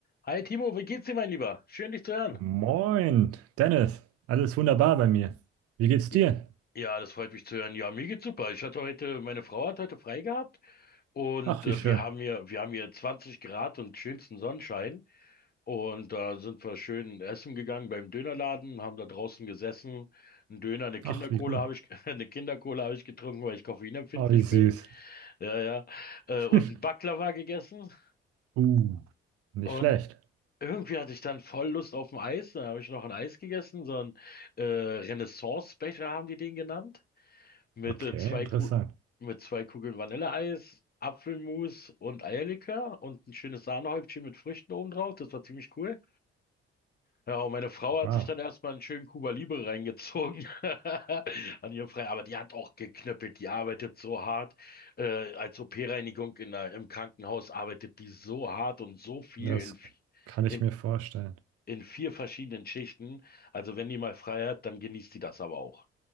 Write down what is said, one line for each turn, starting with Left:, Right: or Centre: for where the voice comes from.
Left: Hi Timo, wie geht's dir, mein Lieber? Schön, dich zu hören.
Right: Moin, Dennis. Alles wunderbar bei mir. Wie geht's
Left: J-
Right: dir?
Left: Ja, das freut mich zu hören. Ja, mir geht's super. Ich hatte heute, meine Frau hat heute frei gehabt und
Right: Ach, wie
Left: äh,
Right: schön.
Left: wir haben hier, wir haben hier 20 Grad und schönsten Sonnenschein. Und da sind wir schön essen gegangen beim Dönerladen, haben da draußen gesessen. Ein Döner, eine Kindercola
Right: Ach, wie gut.
Left: habe ich, <laughs> eine Kindercola habe ich getrunken, weil ich koffeinempfindlich
Right: Ah, wie süß.
Left: bin. Ja, ja.
Right: <laughs>
Left: Äh, und ein Baklava gegessen.
Right: Uh, nicht
Left: Und
Right: schlecht.
Left: Irgendwie hatte ich dann voll Lust auf ein Eis, dann habe ich noch ein Eis gegessen, so ein äh, Renaissance-Becher haben die den genannt, mit,
Right: Okay,
Left: äh, zwei
Right: interessant.
Left: Ku mit zwei Kugeln Vanilleeis, Apfelmus und Eierlikör und ein schönes Sahnehäubchen mit Früchten oben drauf, das war ziemlich cool. Ja, und meine Frau hat
Right: Wow,
Left: sich dann erstmal einen schönen Cuba Libre reingezogen <laughs> an ihrem Freitag. aber die hat auch geknöppelt, die arbeitet so hart. Äh, als OP-Reinigung in der, im Krankenhaus arbeitet die so hart und so viel
Right: das
Left: in, vi-
Right: kann
Left: in
Right: ich mir vorstellen.
Left: in vier verschiedenen Schichten. Also wenn die mal frei hat, dann genießt die das aber auch.